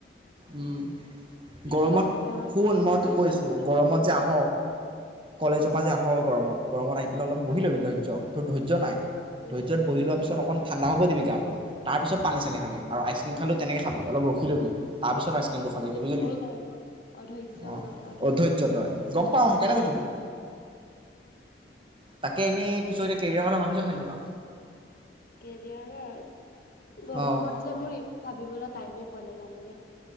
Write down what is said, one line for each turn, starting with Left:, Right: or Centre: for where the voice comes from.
Right: উম
Left: এতিয়াও
Right: গৰমত
Left: বেমাৰ
Right: শুন মই
Left: নহয়
Right: তোক কৈছো
Left: আইচক্ৰীম
Right: গৰমত
Left: কোবাই
Right: যে
Left: কোবাই
Right: আহ কলেজৰ
Left: অ
Right: পৰা যে আহ গৰমত গৰমত আহি পেলাই অলপ বহি
Left: অ
Right: লবি ধৈৰ্য্য তোৰ ধৈ য্য নাই
Left: উম
Right: ধৈৰ্য্যত বহি লোৱা
Left: উম
Right: পিছত অকমাণ ঠাণ্ডা হব দিবি গাটো তাৰ পিছত পানী চানী খাবি আৰু আইচক্ৰীম খালো তেনেকে খাবি অলপ ৰখি লবি তাৰ পিছত আইস্ক্ৰিমটো খাবি
Left: ধৈৰ্য্যই
Right: বুজিলি
Left: নাই মোৰ অধৈৰ্য্য
Right: অ
Left: মই অধৈৰ্য্য
Right: অধৈৰ্য
Left: হৈ
Right: তই
Left: যায়
Right: গম পাও সেই কাৰণে কৈছো তোক তাকে এনেই পিছত এতিয়া কেৰিয়াৰ কথা ভাবিচ নে নাই কিবা
Left: কেৰিয়াৰৰ গৰমত
Right: অঁ
Left: যে মোৰ এই ভাবিবলৈ টাইমে পোৱা নাই জান নে